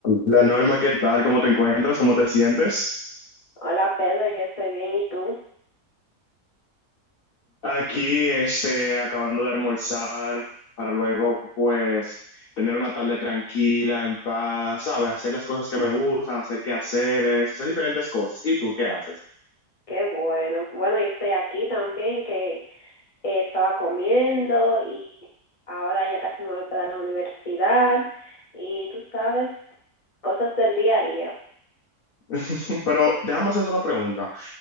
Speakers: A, on the left; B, on the left.
A: La norma, ¿qué tal? ¿Cómo te encuentras? ¿Cómo te sientes?
B: Hola Pedro, yo estoy bien, ¿y tú?
A: Aquí, este, acabando de almorzar para luego, pues, tener una tarde tranquila, en paz, ¿sabes? Hacer las cosas que me gustan, hacer quehaceres, hacer diferentes cosas. ¿Y tú qué haces?
B: Qué bueno. Bueno, yo estoy aquí también, que eh, estaba comiendo y ahora ya casi me voy para la universidad y tú sabes, cosas del día a día.
A: <laughs> Pero déjame hacerte una pregunta.